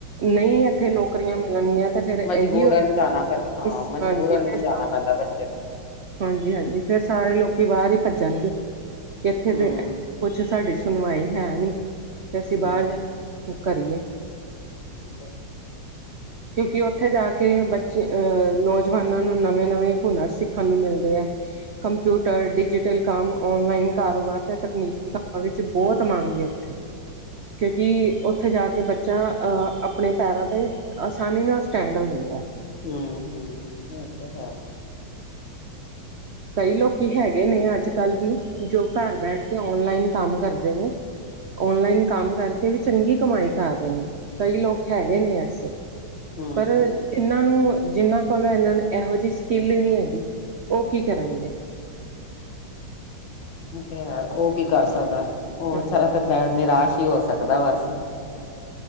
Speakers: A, on the right (about 75°); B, on the left (about 65°).
A: ਨਹੀਂ ਇੱਥੇ ਨੌਕਰੀਆਂ ਮਿਲਣਗੀਆਂ, ਤੇ ਫੇਰ ਇਹੀ
B: ਮਜਬੂਰਨ
A: ਹੋਏਗਾ।
B: ਜਾਣਾ ਪੈਂਦਾ ਹਾਂ ਮਜਬੂਰਨ
A: ਹਾਂਜੀ, ਫਿਰ
B: ਜਾਣਾ <unintelligible>
A: ਹਾਂਜੀ ਹਾਂਜੀ, ਫੇਰ ਸਾਰੇ ਲੋਕੀ ਬਾਹਰ ਹੀ ਭੱਜਣਗੇ। ਇੱਥੇ
B: ਹੂੰ
A: ਤੇ ਕੁਛ ਸਾਡੀ ਸੁਣਵਾਈ ਹੈ ਨੀ, ਤੇ ਅਸੀਂ ਬਾਹਰ
B: ਹੂੰ
A: ਜਾ ਕਰੀਏ।
B: <inaudible> ਠੀਕ ਐ।
A: ਕਿਉਂਕਿ ਉੱਥੇ ਜਾ ਕੇ ਬੱਚੇ, ਅਹ ਨੌਜਵਾਨਾਂ ਨੂੰ ਨਵੇਂ-ਨਵੇਂ ਹੁਨਰ ਸਿੱਖਣ ਨੂੰ ਮਿਲਦੇ ਹੈ। ਕੰਪਿਊਟਰ, ਡਿਜੀਟਲ ਕੰਮ, ਔਨਲਾਈਨ ਕਾਰੋਬਾਰ ਤੇ ਤਕਨੀਕੀ ਕੰਮਾਂ ਵਿੱਚ ਬਹੁਤ ਮੰਗ ਹਾਂ। ਕਿਉਂਕਿ, ਉੱਥੇ ਜਾ ਕੇ ਬੱਚਾ ਅਹ ਆਪਣੇ ਪੈਰਾਂ ਤੇ ਆਸਾਨੀ ਨਾਲ ਸਟੈਂਡ ਹੋ ਜਾਂਦਾ।
B: ਹਮ ਹਮ, ਇਹ ਤੇ ਹੈ।
A: ਕਈ ਲੋਕੀ ਹੈਗੇ ਨੇ ਅੱਜ ਕੱਲ੍ਹ ਵੀ, ਜੋ ਘਰ ਬੈਠ ਕੇ ਔਨਲਾਈਨ ਕੰਮ ਕਰਦੇ ਨੇ। ਔਨਲਾਈਨ ਕੰਮ ਕਰਕੇ ਵੀ, ਚੰਗੀ ਕਮਾਈ ਕਰ ਰਹੇ ਨੇ, ਕਈ ਲੋਕ ਹੈਗੇ ਨੇ ਐਸੇ।
B: ਹੂੰ
A: ਪਰ
B: ਹੂੰ
A: ਇਹਨਾਂ ਨੂੰ, ਜਿਹਨਾਂ ਕੋਲੋਂ ਇਹਨਾਂ ਇਹੋ ਜਿਹੀ ਸਕਿੱਲ ਹੀ ਨਹੀਂ ਹੈਗੀ, ਉਹ ਕੀ ਕਰਨਗੇ।
B: ਤੇ ਉਹ ਕੀ ਕਰ ਸਕਦਾ, ਉਹ
A: ਹਾਂਜੀ
B: ਸਾਰਾ ਤਾਂ ਬ ਨਿਰਾਸ਼ ਹੀ ਹੋ ਸਕਦਾ ਬਸ।